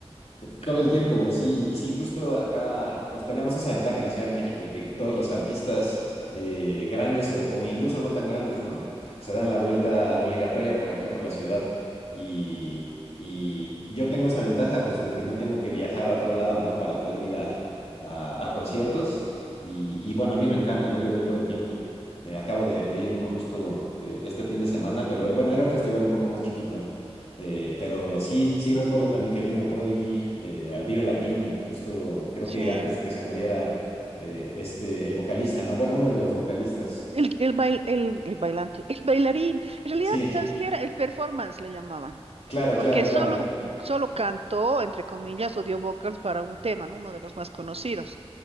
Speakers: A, on the left (about 70°); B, on the right (about 65°).
A: todo el tiempo, güey, sí, y sí, justo acá, pues tenemos esa ventaja en la Ciudad de México, que todos los artistas eh, grandes o, o incluso no tan grandes, ¿no? Se dan la vuelta obligatoria por aquí, por la ciudad. Y, y yo tengo esa ventaja, pues, de que no tengo que viajar a otro lado, ¿no? Para poder ir a, a- a conciertos. Y, y bueno, a mí me encanta, ¿no? Yo voy todo el tiempo. Eh, acabo de, de ir uno justo eh, este fin de semana, pero eh, bueno, era un festival un poco más chiquito. Eh, pero sí, sí recuerdo también que vino Prodigy eh, al Vive Latino, justo creo
B: Sí.
A: que antes de que se muriera eh, este, el vocalista, ¿no? Bueno, uno de los vocalistas.
B: El, el, bail- el, el bailante, el bailarín. En realidad,
A: Sí,
B: ¿sabes qué era? El performance le llamaban.
A: claro,
B: Porque
A: claro, claro.
B: Sí. solo, solo cantó, entre comillas, o dio vocals para un tema, ¿no? Uno de los más conocidos.